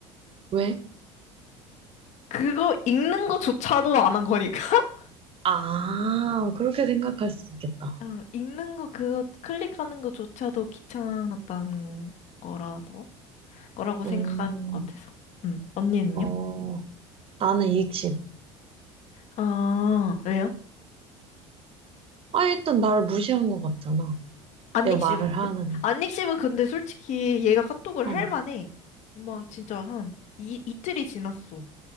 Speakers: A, on the right; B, on the left.
A: 왜?
B: 그거 읽는 거조차도 안 한 거니까. <laughs>
A: 아, 그렇게 생각할 수 있겠다.
B: 어, 읽는 거 그거 클릭하는 거조차도 귀찮았다는 거라서 거라고 생각하는
A: 음,
B: 것 같아서. 음, 언니는요?
A: 어, 나는 익십.
B: 아, 왜요?
A: 아, 일단 나를 무시한 것 같잖아.
B: 안
A: 내가
B: 익십은요?
A: 말을 하는데.
B: 안 익십은 근데 솔직히 얘가 카톡을
A: 어,
B: 할 만해. 막 진짜 한 이, 이틀이 지났어.